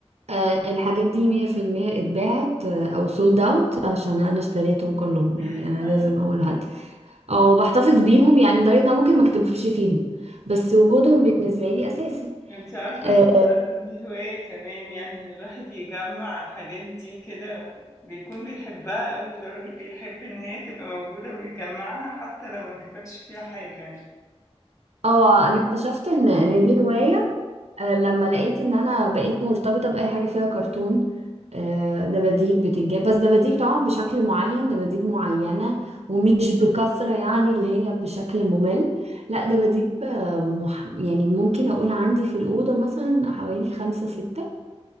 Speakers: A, on the right; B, on the left.
A: آه، الحاجات دي مية في المية اتباعت آه، أو سولد أوت عشان أنا اشتريتهم كلهم
B: <laughs>
A: يعني أنا لازم أقول حد أو بحتفظ بيهم يعني لدرجة إن أنا ممكن مكتبش فيهم بس وجودهم بالنسبة لي أساسي
B: انت عارفة
A: اه
B: ان فعلا دي هواية كمان يعني ان الواحد يجمع الحاجات دي كده بيكون بيحبها قوي لدرجة بيحب ان هي تبقى موجودة ويجمعها حتى لو ما كتبش فيها حاجة يعني
A: آه، أنا اكتشفت إن إن دي هواية آه، لما لقيت ان انا بقيت مرتبطه باي حاجه فيها كرتون آه، دباديب بتتجاب بس دباديب طبعا بشكل معين دباديب معينه ومش بكثره يعني اللي هي بشكل ممل لا دباديب آه، مح... يعني ممكن اقول عندي في الاوضه مثلا حوالي خمسة ستة